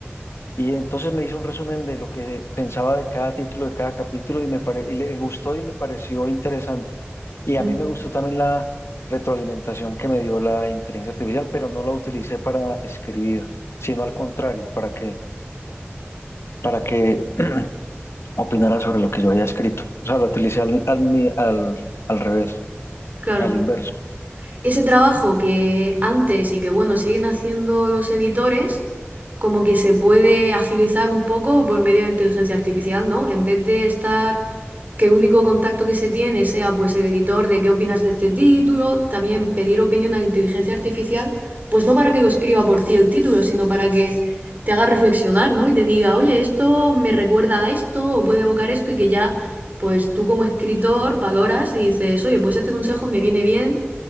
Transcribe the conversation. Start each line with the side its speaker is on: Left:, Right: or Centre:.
Left: Y entonces me hizo un resumen de lo que pensaba de cada título, de cada capítulo, y me pare- y le gustó y le pareció interesante. Y a
Right: Mm.
Left: mí me gustó también la retroalimentación que me dio la inteligencia artificial, pero no la utilicé para escribir, sino al contrario, para que, para que <clears throat> opinara sobre lo que yo había escrito. O sea, la utilicé al, al, ni- al, al revés,
Right: Claro.
Left: al inverso.
Right: ese trabajo que antes y que bueno, siguen haciendo los editores, como que se puede agilizar un poco por medio de inteligencia artificial, ¿no? En vez de estar que el único contacto que se tiene sea pues el editor de qué opinas de este título, también pedir opinión a la inteligencia artificial, pues no para que lo escriba por ti el título, sino para que te haga reflexionar, ¿no? Y te diga, oye, esto me recuerda a esto, o puede evocar esto, y que ya, pues tú como escritor valoras y dices, oye, pues este consejo me viene bien